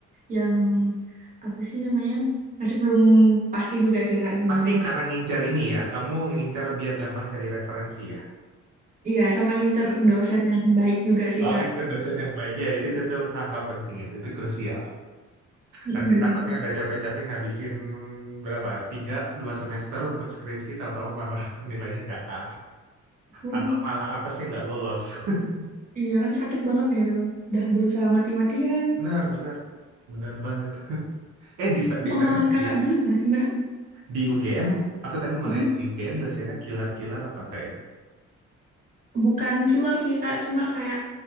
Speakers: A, on the right (about 25°); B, on the right (about 85°).
A: yang apa sih namanya? Masih belum pasti juga sih Kak sebenarnya.
B: Pasti karena ngincar ini ya. Kamu ngincar biar gampang cari referensi ya.
A: Iya, sama ngincer dosen yang baik juga sih
B: Oh,
A: Kak.
B: mikir dosen yang baik. Ya, itu, itu tuh hal-hal penting itu. Itu krusial.
A: Mm,
B: Nanti
A: Bener
B: takutnya
A: bener.
B: udah capek-capek ngabisin berapa? Tiga, dua semester untuk skripsi, tahu-tahu malah <laughs> nilainya nggak A.
A: Waduh,
B: Atau malah apa sih nggak lolos. <laughs>
A: iya kan sakit banget ya itu. Udah berusaha mati-matian.
B: Benar, benar. Benar banget. Eh, di, sa- di
A: Pengalaman
B: sana,
A: Kakak
B: di,
A: dulu gimana? Gimana?
B: di UGM, aku tadi mau
A: Mm-mm.
B: nanya, di UGM dosennya kilar-kilar apa enggak
A: Bukan killer sih Kak, cuma kayak